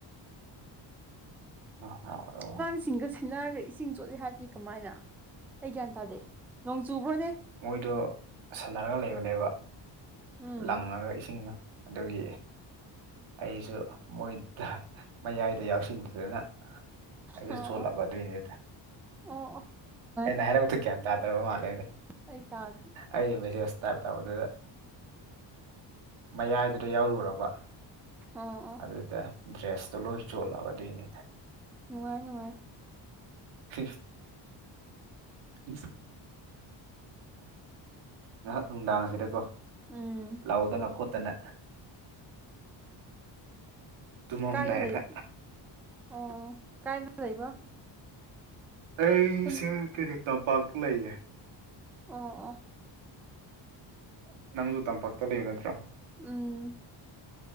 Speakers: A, on the right (about 90°); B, in the centre.
A: ꯑꯣ ꯍꯥꯎꯔ ꯃꯥꯜꯂꯦ
B: ꯇꯁꯤꯡꯒꯁꯦ ꯅꯥꯔꯒ ꯏꯁꯤꯡ ꯆꯣꯠꯂꯦ ꯍꯥꯏꯕꯗꯤ ꯀꯃꯥꯏꯅ ꯑꯩ ꯒ꯭ꯌꯥꯟ ꯇꯥꯗꯦ ꯅꯣꯡ ꯆꯨꯕ꯭ꯔꯣꯅꯦ
A: ꯃꯣꯏꯗꯣ ꯁꯥꯟꯅꯔꯒ ꯂꯩꯕꯅꯦꯕ
B: ꯎꯝ
A: ꯂꯪꯉꯒ ꯏꯁꯤꯡꯅ ꯑꯗꯨꯒꯤ ꯑꯩꯁꯨ ꯃꯣꯏꯗꯨꯗ ꯃꯌꯥꯏꯗ ꯌꯥꯎꯁꯤꯟ ꯑꯗꯨꯗꯅ ꯑꯩꯁꯨ
B: ꯑꯣ
A: ꯆꯣꯠꯂꯕ ꯑꯗꯨꯏꯅꯦꯗ
B: ꯑꯣ ꯑꯣ ꯑꯣ
A: ꯑꯩꯅ ꯍꯥꯏꯔꯛꯇꯨ ꯒ꯭ꯌꯥꯟ ꯇꯥꯗ꯭ꯔꯕ ꯃꯥꯜꯂꯦꯗ
B: ꯑꯩ ꯇꯥ
A: ꯑꯩ ꯃꯦꯁꯦꯖ ꯇꯥꯏꯞ ꯇꯧꯕꯗꯨꯗ ꯃꯌꯥꯏꯗꯨꯗ ꯌꯥꯎꯔꯨꯔꯕ
B: ꯑꯣ ꯑꯣ
A: ꯑꯗꯨꯗ ꯗ꯭ꯔꯦꯁꯇꯣ ꯂꯣꯏ ꯆꯣꯜꯂꯕ ꯑꯗꯨꯏꯅꯤꯗ
B: ꯅꯨꯡꯉꯥꯏ ꯅꯨꯡꯉꯥꯏ
A: ꯍꯤ <unintelligible> ꯉꯍꯥꯛ ꯅꯨꯡꯗꯥꯡꯁꯤꯗꯀꯣ
B: ꯎꯝ
A: ꯂꯥꯎꯗꯅ ꯈꯣꯠꯇꯅ ꯇꯨꯝꯃꯝꯗꯥꯏꯗ
B: ꯀꯥꯏꯗ ꯂꯩ ꯑꯣ ꯀꯥꯏꯗ ꯂꯩꯕ
A: ꯑꯩꯁꯤꯡ
B: ꯈꯨꯟ
A: ꯀꯦꯔꯥꯠ ꯇꯝꯄꯥꯛꯇ ꯂꯩꯌꯦ
B: ꯑꯣ ꯑ ꯍ
A: ꯅꯪꯁꯨ ꯇꯝꯄꯥꯛꯇ ꯂꯩꯌꯨ ꯅꯠꯇ꯭ꯔꯣ
B: ꯎꯝ